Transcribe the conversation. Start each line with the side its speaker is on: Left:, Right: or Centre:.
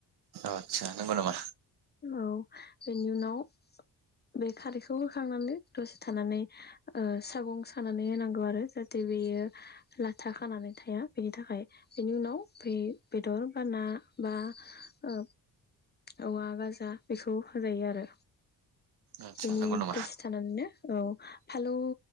Right: अ' आतसा नंगौ नामा?
Left: औ। बेनि उनाव बे खारिखौ खौ होखांनानै दसे थानानै ओ सागं सानानै होनांगौ आरो जाहाथे बेयो लाथा खानानै थाया बेनि थाखाय। बेनि उनाव बै बेदर बा ना बा ओ औवा गाजा बेखौ होजायो आरो।
Right: आदसा
Left: बिनि
Right: नंगौ नामा
Left: दसे थानानैनो औ फालौ